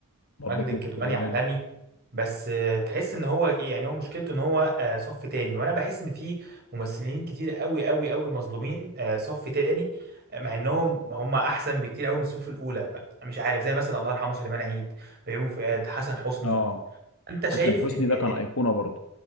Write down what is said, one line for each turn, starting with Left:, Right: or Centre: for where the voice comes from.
Left: برضه
Right: ماجد الكدواني
Left: ماجد الكدواني
Right: عالمي بس آه، تحس ان هو ايه يعني هو مشكلته ان هو آه، صف تاني وانا بحس ان في ممثلين كتير قوي قوي قوي مظلومين آه، صف تاني آه، مع انهم هم احسن بكتير قوي من الصف الاولى ف- مش عارف زي مثلا الله يرحمه سليمان عيد بيومي فؤاد حسن حسني
Left: اه
Right: انت شايف
Left: حسن حسني
Right: ان
Left: ده
Right: إن
Left: كان ايقونه برضه